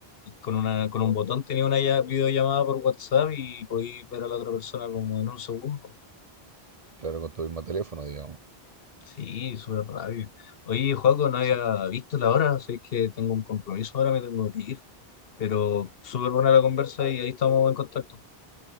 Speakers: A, on the left; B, on the right.
A: con una, con un botón tenía una ya- videollamada por WhatsApp y podía ver a la otra persona como en un segundo.
B: claro, con tu mismo teléfono, digamos.
A: Sí, súper rápido. Oye, Joaco, no había
B: Sí,
A: visto la hora, sé que tengo un compromiso ahora, me tengo que ir, pero súper buena la conversa y ahí estamos en contacto.